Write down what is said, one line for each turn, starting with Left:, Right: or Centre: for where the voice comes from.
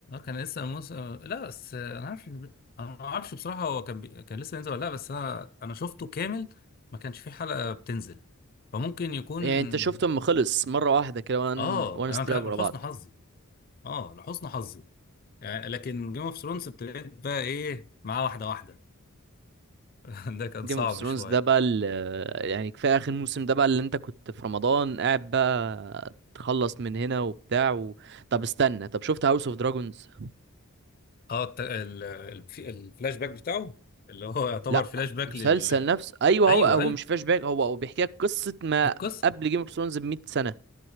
Left: كان لسه موسى لا بس انا عارف إن- انا ما اعرفش بصراحه هو كان بي... كان لسه ينزل ولا لا بس انا انا شفته كامل ما كانش فيه حلقه بتنزل فممكن يكون
Right: يعني انت شفته اما خلص مره واحده كده وان
Left: اه
Right: وان
Left: انا
Right: ستراب
Left: كان
Right: ورا
Left: لحسن
Right: بعض
Left: حظي اه لحسن حظي يعني لكن جيم اوف ثرونز ابتديت بقى ايه معاه واحده واحده <laughs> ده كان
Right: جيم
Left: صعب
Right: اوف ثرونز
Left: شويه
Right: ده بقى ال- يعني كفايه اخر موسم ده بقى اللي انت كنت في رمضان قاعد بقى تخلص من هنا وبتاع و... طب استنى طب شفت هاوس اوف دراجونز
Left: اه الت- ال- ال- في- الفلاش باك بتاعه اللي هو يعتبر
Right: لا
Left: فلاش باك
Right: مسلسل
Left: لل
Right: نفسه ايوه
Left: ايوه
Right: هو هو
Left: ايوه
Right: مش فلاش باك، هو هو بيحكي لك قصه ما
Left: القصه
Right: قبل جيم اوف ثرونز ب 100 سنه